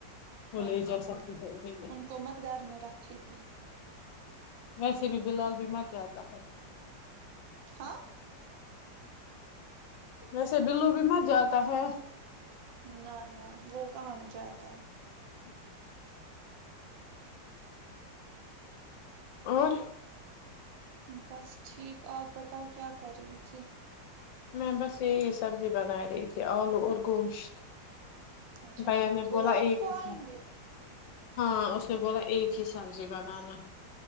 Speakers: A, on the left; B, on the right.
A: وہ
B: ہاں
A: لے
B: ہاں
A: جا سکتی
B: وہی
A: ہے انہی
B: ان کو مت گھر میں رکھے گی
A: ویسے بھی بلال بھی مر جاتا ہے
B: ہاں
A: ویسے بلو بھی مر جاتا ہے
B: نہ نہ وہ کہا نا جاتا ہے
A: <inaudible> اور
B: بس ٹھیک آپ بتاؤ کیا کر رہی تھی
A: میں بس یہی سبزی بنا رہی تھی آلو اور گوشت
B: اچھا
A: بھیا نے
B: وہ
A: بولا
B: رات
A: ایک
B: کو
A: ہی سا
B: آئیں گے
A: ہاں اس نے بولا ایک ہی سبزی بنانا